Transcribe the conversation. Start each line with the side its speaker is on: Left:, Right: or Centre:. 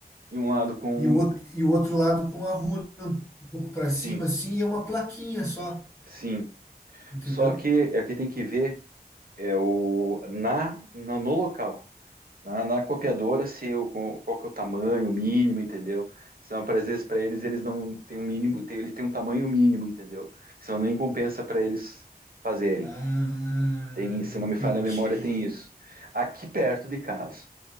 Right: e um lado com.
Left: e o outro,
Right: um,
Left: e o outro lado com a runa um pouco para
Right: Sim,
Left: cima assim, e é uma plaquinha só,
Right: sim.
Left: entendeu?
Right: Só que é o que tem que ver é o na no, no local, na, na copiadora, se eu co- qual que é o tamanho o mínimo, entendeu? São para às vezes para eles eles não têm um mínimo, tem- eles têm um tamanho mínimo, entendeu? Senão nem compensa para eles fazerem.
Left: Ah,
Right: Tem, se
Left: entendi.
Right: não me falha a memória, tem isso. Aqui perto de casa,